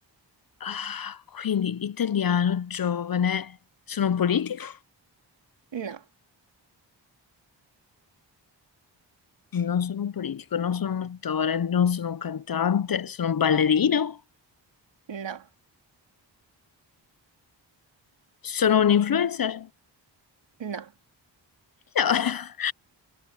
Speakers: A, on the left; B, on the right.
A: Ah, quindi italiano, giovane. Sono un politico?
B: No,
A: Non sono un politico, non sono un attore, non sono un cantante, sono un ballerino?
B: no,
A: Sono un influencer?
B: no.
A: No. <laughs>